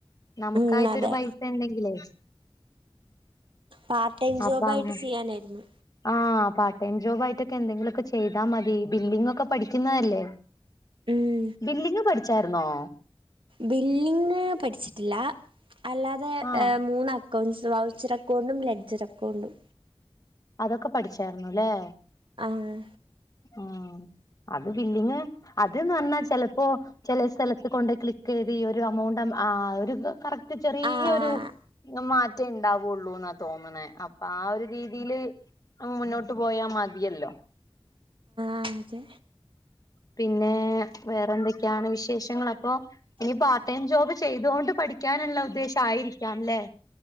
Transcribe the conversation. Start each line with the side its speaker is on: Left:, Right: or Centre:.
Left: നമുക്കായിട്ട്
Right: ഉം അതെ
Left: ഒരു പൈസ ഉണ്ടെങ്കിലേ
Right: പാർട്ട് ടൈം ജോബായിട്ട്
Left: അപ്പാങ്ങ
Right: ചെയ്യാനായിരുന്നു
Left: ആഹ് പാർട്ട് ടൈം ജോബ് ആയിട്ടൊക്കെ എന്തെങ്കിലൊക്കെ ചെയ്താ മതി ബില്ലിംങ്ങൊക്കെ പഠിക്കുന്നല്ലേ
Right: ഉം
Left: ബില്ലിങ് പഠിച്ചായിര്ന്നോ
Right: ബില്ലിംഗ് പഠിച്ചിട്ടില്ല അല്ലാതെ
Left: ആ
Right: ഏ മൂന്ന് അക്കൗണ്ട്സ വൗച്ചർ അക്കൗണ്ടും ലഡ്ജർ അക്കൗണ്ടും
Left: അതൊക്കെ പഠിച്ചായിര്ന്നുല്ലേ
Right: ആഹ്
Left: ആ അത് ബില്ലിങ് അത്ന് പറഞ്ഞാ ചെലപ്പോ ചില സ്ഥലത്ത് കൊണ്ട് ക്ലിക്ക് ചെയ്ത് ഈ ഒരു എമൗണ്ട് നമ്മ ആ ഒരു കറക്റ്റ് ചെറിയൊരു
Right: ആഹ്
Left: മാറ്റേ ഇണ്ടാവുള്ളൂന്നാ തോന്നണേ അപ്പൊ ആ ഒരു രീതിയില് <unintelligible> മുന്നോട്ട് പോയാ മതിയല്ലോ
Right: ആതെ
Left: പിന്നെ വേറെ എന്തൊക്കെയാണ് വിശേഷങ്ങൾ അപ്പൊ ഇനി പാർട്ട് ടൈം ജോബ് ചെയ്തോ ണ്ട് പഠിക്കാനുള്ള ഉദ്ദേശംയിരിക്കാംല്ലേ